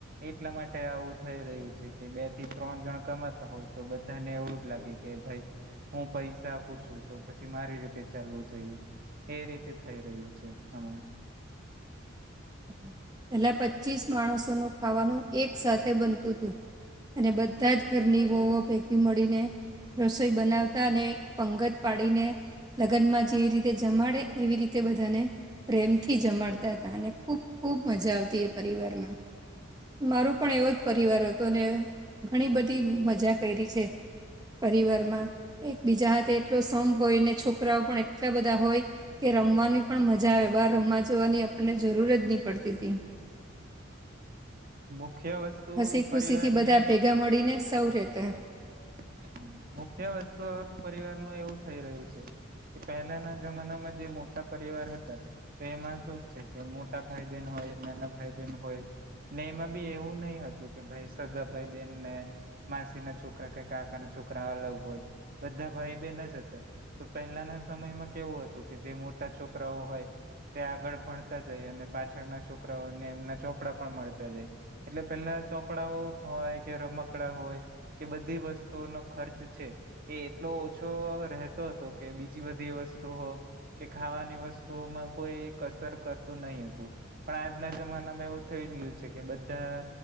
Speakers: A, on the right (about 45°); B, on the right (about 20°).
A: એટલા માટે આવું થઈ રહ્યું છે કે બે થી ત્રણ જણ કમાતા હોય તો બધાને એવું જ લાગે કે ભાઈ હું પૈસા આપું છું તો પછી મારી રીતે ચાલવું જોઈએ. એ રીતે થઈ રહ્યું છે હમણા.
B: <inaudible> પહેલા પચીસ માણસોનું ખાવાનું એક સાથે બનતું હતું. અને બધા જ ઘરની વોવો પેકી મળીને રસોઈ બનાવતા અને પંગજ પાડીને લગ્નમાં જેવી રીતે જમાડે એવી રીતે બધાને પ્રેમથી જમાડતા હતા તા અને ખૂબ ખૂબ મજા આવતી એ પરિવારમાં. મારો પણ એવો જ પરિવાર હતો અને ઘણી બધી મજા કયરી છે પરિવારમાં. એક બીજા હાથે એટલો સંપ હોય ને છોકરાઓ પણ એટલા બધા હોય કે રમવાની પણ મજા આવે બહાર રમવા જવાની આપણને જરૂર જ નહી પડતી તી.
A: મુખ્ય વસ્તુ
B: હસી
A: પરિવારની
B: ખુશી થી બધા ભેગા મળીને સૌ રહ
A: હા મુખ્ય વસ્તુ હવે પરિવાર નું એવું થઈ રહ્યું છે કે પહેલાના જમાનામાં જે મોટા પરિવાર હતા તો એમાં શું છે કે મોટા ભાઈ બહેન હો ય નાના ભાઈ બહેન હોય ને એમાં બી એવું નહી હતું કે ભાઈ સગા ભાઈ બેનને માસી ના છોકરા કઈ કાકાના છો છોકરા અલગ હોય બધા ભાઈ બે ના જતા તો પહેલાના સમયમાં કેવું હતું કે જે મો ટા છોકરાઓ હોય. તે આગળ ભણતા જાય અને પાછળના છોકરાઓને એમના ચોપડા પણ મળતા જાય એટલે પેલા ચોપડાઓ હોય કે રમકડા હોય કે બધી વસ્ત તુ નો ખર્ચ છે એ એટલો ઓછો રહેતો હતો કે બીજી બધી વસ્તુઓ કે ખાવાની વસ્તુઓમાં કોઈ કસર કરતું નહી હતું પણ આજના જમાનામાં એવું થયું ગ્યું છે કે બધા